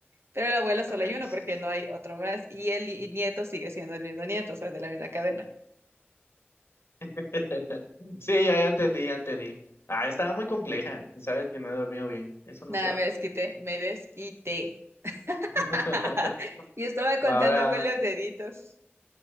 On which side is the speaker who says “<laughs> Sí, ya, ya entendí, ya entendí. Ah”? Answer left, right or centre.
Left